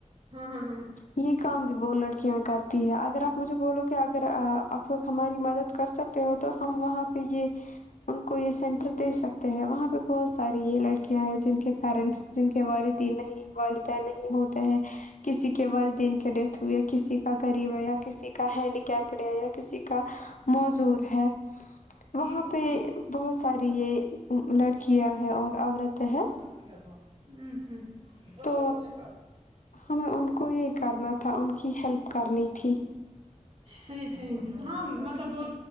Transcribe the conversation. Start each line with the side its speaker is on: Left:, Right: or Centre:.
Right: ہاں ہاں ہاں
Left: یہ کام بھی وہ لڑکیاں کرتی ہے اگر آپ مجھے بولو کہ اگر آپ لوگ ہماری مدد کر سکتے ہو تو ہم وہاں پہ یہ ان کو یہ سینٹر دے سکتے ہیں وہاں پہ بہت ساری یہ لڑکیاں ہیں جن کے پیرنٹس جن کے والدین نہیں والدین نہیں ہوتے ہے کسی کے والدین کے ڈیتھ ہوئی ہے کسی کا غریب ہے یا کسی کا ہینڈی کیپڈ ہے یا کسی کا معذور ہے وہاں
Right: ٹھیک
Left: پہ بہت ساری یہ لڑکیاں ہے اور عورتیں ہے
Right: <unintelligible> کیا تھا امم امم
Left: تو ہمیں ان کو یہ کرنا تھا ان کی ہیلپ کرنی تھی
Right: صحیح صحیح ہاں مطلب وہ